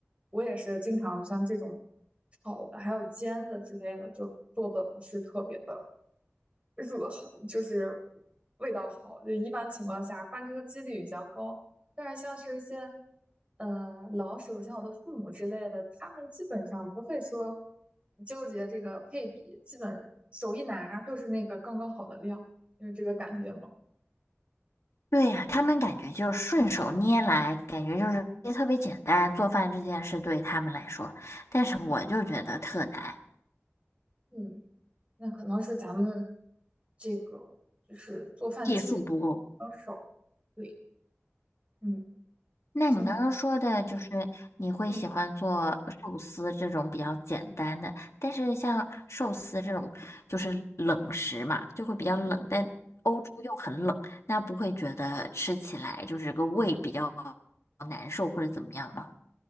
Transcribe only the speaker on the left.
对呀，他们感觉就是顺手捏来，感觉就是也特别简单，做饭这件事对他们来说，但是我就觉得特难，
技术不够。
那你刚刚说的就是你会喜欢做寿司这种比较简单的，
但是像寿司这种就是冷食嘛，就会比较冷，
但欧洲又很冷，那不会觉得吃起来就是个胃比较难受或者怎么样吗？